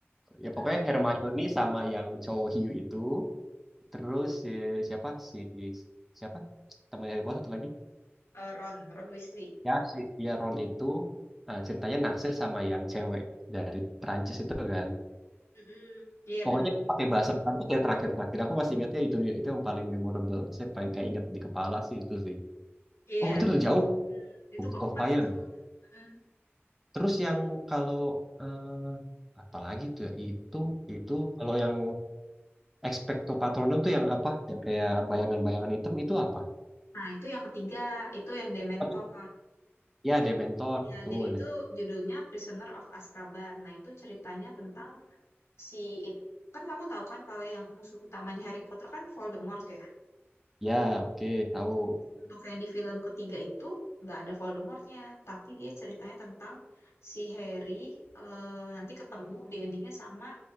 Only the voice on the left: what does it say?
Nah,
Eh, Ron, Ron Weasley.
Mm-mm. Iya
bener.
Iya.
Mm, Itu
keempat
itu. Mm.
Nah, itu yang ketiga, itu yang Dementor.
Ya,
jadi itu
judulnya Prisoner of Azkaban. Nah, itu ceritanya tentang si kan kamu tahu kan kalau yang musuh utamanya Harry Potter kan Voldemort ya.
Untuk yang di film ketiga itu nggak ada Voldemortnya, tapi dia ceritanya tentang si Harry eh, nanti ketemu di endingnya sama